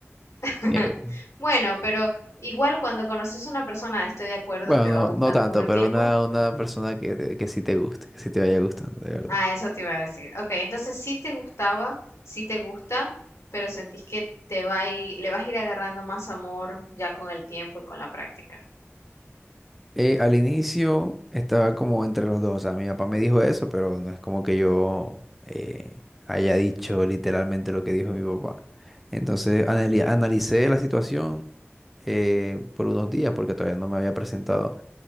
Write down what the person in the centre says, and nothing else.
Eh,
Bueno,
no,
no tanto,
pero
una, una persona que, te- que sí te guste, que sí te vaya gustando, de verdad.
Eh, al inicio estaba como entre los dos, o sea, mi papá me dijo eso, pero no es como que yo eh, haya dicho literalmente lo que dijo mi papá. Entonces anali- analicé la situación eh, por unos días porque todavía no me había presentado.